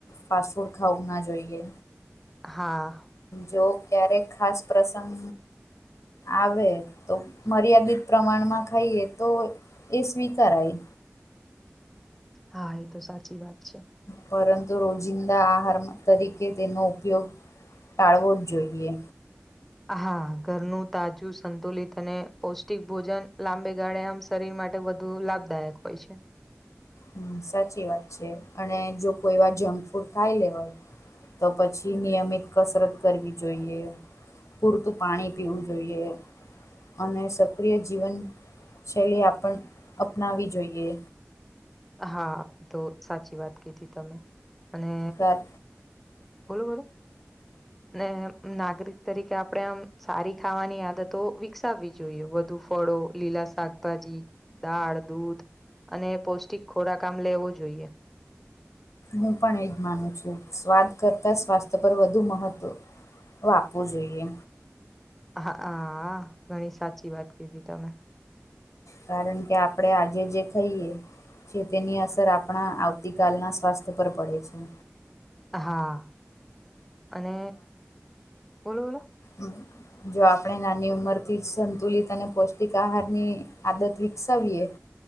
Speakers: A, on the left (about 75°); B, in the centre.
A: ફાસ્ટ ફૂડ ખાવું ના જોઈએ.
B: હા.
A: જો ક્યારેક ખાસ પ્રસંગ આવે. તો મર્યાદિત પ્રમાણમાં ખાઈએ તો એ સ્વીકારાય.
B: હા એ તો સાચી વાત છે.
A: પરંતુ રોજિંદા આહાર તરીકે તેનો ઉપયોગ ટાળવો જ જોઈએ.
B: હા ઘરનું તાજું સંતુલિત અને પૌષ્ટિક ભોજન લાંબે ગાળે આમ શરીર માટે વધુ લાભદાયક હોય છે.
A: હમ્મ સાચી વાત છે અને જો કોઈ એવા જંક ફૂડ ખાઈ લે હોય, તો પછી નિયમિત કસરત કરવી જોઈએ. પૂરતું પાણી પીવું જોઈએ. અને સક્રિય જીવનશૈલી આપણ અપનાવી જોઈએ.
B: હા તો સાચી વાત કીધી તમે. અને,
A: કાર
B: બોલો બોલો. ને નાગરિક તરીકે આપણેે આમ સારી ખાવાની આદત તો વિકસાવવી જોઈએ વધુ ફળો, લીલા શાકભાજી, દાળ, દૂધ. અને પૌષ્ટિક ખોરાક આમ લેવો જોઈએ.
A: હું પણ એ જ માનું છું સ્વાદ કરતા સ્વાસ્થ્ય પર વધુ મહત્ત્વ આપવું જોઈએ.
B: હા હા ઘણી સાચી વાત કીધી તમે.
A: કારણ કે આપણેે આજે જે ખાઈએ. જે તેની અસર આપણા આવતીકાલના સ્વાસ્થ્ય પર પડે છે.
B: હા, અને, બોલો બોલો.
A: હમ્મ. જો આપણે નાની ઉંમર થી સંતુલિત અને પૌષ્ટિક આહારની આદત વિકસાવીએ.